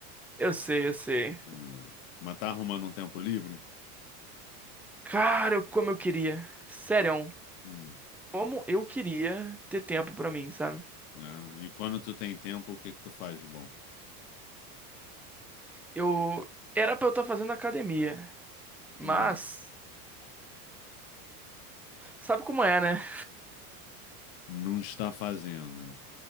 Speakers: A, in the centre; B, on the left.
A: eu sei, eu sei.
B: Hum. Mas tá arrumando um tempo livre?
A: Cara, eu- como eu queria. Sério,
B: Hum.
A: como eu queria ter tempo pra mim, sabe?
B: É. E quando tu tem tempo, o que que tu faz de bom?
A: Eu era pra eu estar fazendo academia, mas
B: Hum.
A: sabe como é, né?
B: Não está fazendo.